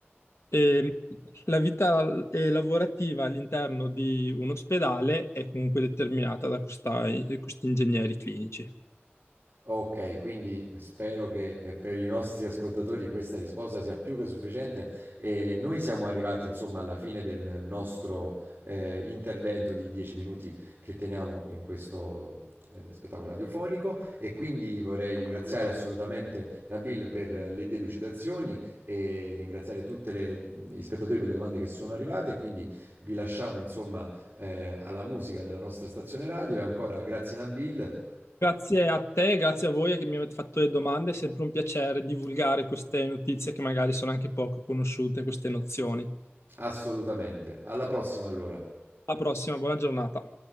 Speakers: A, on the left (about 80°); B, on the right (about 45°).
A: E la vita eh, lavorativa all'interno di un ospedale è comunque determinata da questa- eh, questi ingegneri clinici.
B: Okay, quindi spero che, ehm, per i nostri ascoltatori questa risposta sia più che sufficiente e noi siamo arrivati insomma alla fine del nostro, ehm, intervento di 10 minuti che teniamo in questo, ehm, spettacolo radiofonico e quindi vorrei ringraziare assolutamente Nabil per le delucidazioni e ringraziare tutte le mhmm, gli spettatori per le domande che sono arrivate e quindi vi lasciamo insomma, ehm, alla musica della nostra stazione radio e ancora grazie Nabil.
A: Grazie a te, grazie a voi che mi avete fatto le domande, è sempre un piacere divulgare queste notizie che magari sono anche poco conosciute, queste nozioni.
B: Assolutamente. Alla prossima allora.
A: Alla prossima, buona giornata.